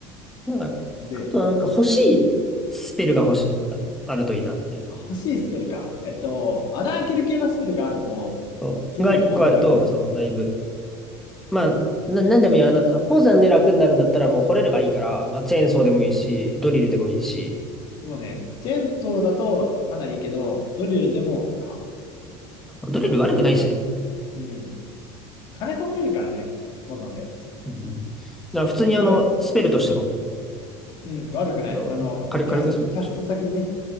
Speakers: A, in the centre; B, on the left (about 45°).
A: なんかやっぱ、
B: で、
A: あとはなんか欲しいスペルが欲しい。ああるといいなっていう。
B: あ欲しいスペルか。えっと、穴開ける系のスペルがあると、
A: そう。
B: 次の鉱山が楽。
A: が一個あると、そう、だいぶ。まあ、な、なんでもいいや。あの、鉱山で楽になるんだったらもう掘れればいいから、まあ、チェーンソーでもいいし、
B: うん。
A: ドリルでもいいし、
B: もうね、チェーンソーだとかなりいいけど、ドリルでもか。
A: ドリル悪くないしね。
B: うん。金掘れるからね、鉱山で。
A: うん。だから普通にあの、
B: それが、
A: スペルとしても、
B: うん、悪くない。
A: あの、
B: あの、
A: 火力、
B: キャス、
A: 火力スペルとし
B: キャスト先にね、